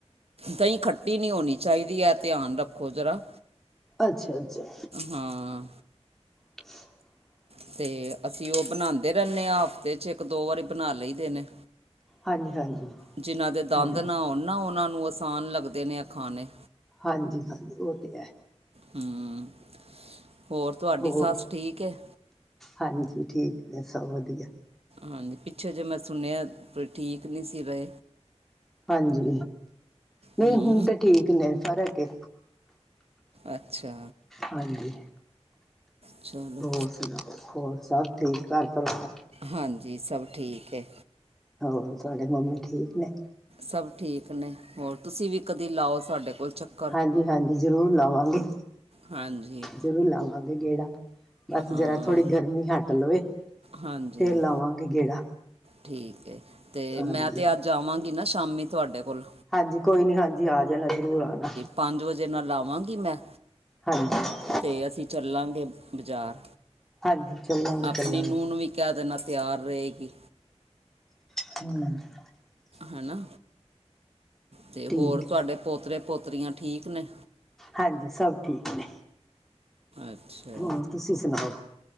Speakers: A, on the right; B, in the centre.
A: ਦਹੀਂ ਖੱਟੀ ਨਹੀਂ ਹੋਣੀ ਚਾਹੀਦੀ ਹੈ ਧਿਆਨ ਰੱਖੋ ਜ਼ਰਾ
B: ਅੱਛਾ ਅੱਛਾ
A: ਹਾਂ
B: <inaudible>
A: ਅਤੇ ਅਸੀਂ ਉਹ ਬਣਾਉਂਦੇ ਰਹਿੰਦੇ ਹਾਂ, ਹਫ਼ਤੇ 'ਚ ਇੱਕ ਦੋ ਵਾਰੀ ਬਣਾ ਲਈ ਦੇ ਨੇ
B: ਹਾਂਜੀ ਹਾਂਜੀ
A: ਜਿਨਾਂ ਦੇ ਦੰਦ
B: ਹਾਂ
A: ਨਾ ਆ ਨਾ ਉਹਨਾਂ ਨੂੰ ਆਸਾਨ ਲੱਗਦੇ ਨੇ ਆ ਖਾਣੇ
B: ਹਾਂਜੀ ਹਾਂਜੀ ਉਹ ਤੇ ਹੈ
A: ਹੂੰ, ਹੋਰ ਤੁਹਾਡੀ
B: ਹੋਰ
A: ਸੱਸ ਠੀਕ ਹੈ।
B: ਹਾਂਜੀ ਠੀਕ ਹੈ ਸਭ ਵਧੀਆ
A: ਹਾਂਜੀ ਪਿੱਛੇ ਜੇ ਮੈਂ ਸੁਣਿਆ ਠੀਕ ਨਹੀਂ ਸੀ ਰਹੇ
B: ਹਾਂਜੀ ਨਹੀਂ
A: ਹਮ,
B: ਹੁਣ ਤੇ ਠੀਕ ਨੇ ਫ਼ਰਕ ਹੈ।
A: ਅੱਛਾ
B: ਹਾਂਜੀ
A: ਚਲੋ
B: ਹੋਰ ਸੁਣਾ। ਹੋਰ ਸਭ ਠੀਕ ਘਰ ਪਰਿਵਾਰ।
A: ਹਾਂਜੀ ਸਭ ਠੀਕ ਐ।
B: ਹੋਰ ਤੁਹਾਡੇ ਮੰਮੀ ਠੀਕ ਨੇ।
A: ਸਭ ਠੀਕ ਨੇ ਹੋਰ ਤੁਸੀਂ ਵੀ ਕਦੀ ਲਾਓ ਸਾਡੇ ਕੋਲ ਚੱਕ
B: ਹਾਂਜੀ-ਹਾਂਜੀ ਜ਼ਰੂਰ ਲਵਾਂਗੇ।
A: ਹਾਂਜੀ
B: ਜ਼ਰੂਰ ਲਾਵਾਂਗੇ ਗੇੜਾ ਬਸ
A: ਹਾਂ
B: ਜਰਾ ਥੋੜ੍ਹੀ ਗਰਮੀ ਹੱਟ ਲਵੇ।
A: ਹਾਂਜੀ
B: ਫੇਰ ਲਾਵਾਂਗੇ ਗੇੜਾ।
A: ਠੀਕ ਏ ਤੇ
B: ਹਾਂਜੀ
A: ਮੈਂ ਤਾਂ ਅੱਜ ਆਵਾਂਗੀ ਨਾ ਸ਼ਾਮੀ ਤੁਹਾਡੇ ਕੋਲ
B: ਹਾਂਜੀ ਕੋਈ ਨੀ ਹਾਂਜੀ ਆ ਜਾਣਾ ਜ਼ਰੂਰ ਆਣਾ।
A: ਪੰਜ ਵਜੇ ਨਾਲ ਆਵਾਂਗੀ ਮੈਂ
B: ਹਾਂਜੀ
A: ਤੇ ਅਸੀਂ ਚੱਲਾਂਗੇ ਬਾਜ਼ਾਰ
B: ਹਾਂਜੀ ਚੱਲਾਂਗੇ
A: ਆਪਣੀ
B: ਚੱਲਾਂਗੇ
A: ਨੂੰਹ ਨੂੰ ਵੀ ਕਹਿ ਦੇਣਾ ਤਿਆਰ ਰਏਗੀ।
B: <inaudible>
A: ਹਨਾ ਤੇ ਹੋਰ
B: ਠੀਕ
A: ਤੁਹਾਡੇ
B: ਹੈ
A: ਪੋਤਰੇ ਪੋਤਰੀਆਂ ਠੀਕ। ਨੇ
B: ਹਾਂਜੀ ਸਭ ਠੀਕ ਨੇ।
A: ਅੱਛਾ
B: ਹੋਰ ਤੁਸੀਂ ਸੁਣਾਓ